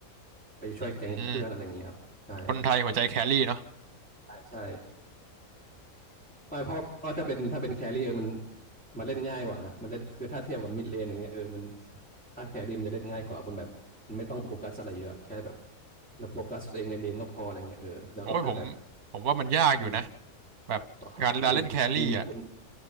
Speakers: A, in the centre; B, on the right.
A: ไปช่วยแก๊งเพื่อนอะไรอย่างเงี้ยครับใช่
B: อืมคนไทยหัวใจแครี่เนาะ
A: ใช่ใช่ไม่เพราะเพราะถ้าเป็นถ้าเป็นแครี่เออมันมันเล่นง่ายกว่านะมันเล่นคือถ้าเทียบกับมิดเลนอย่างเงี้ยเออมันถ้าแครี่มันจะเล่นง่ายกว่ามันแบบมันไม่ต้องโฟกัสอะไรเยอะแค่แบบเราโฟกัสตัวเองในเลนก็พออะไรเงี้ยเออแล้วก็ถ้าแบบ
B: โอ้ยผมผมว่ามันยากอยู่นะ
A: อืม
B: แบบการการเล่นแครี่อ่ะ
A: ต่อครับปกติคุณคุณ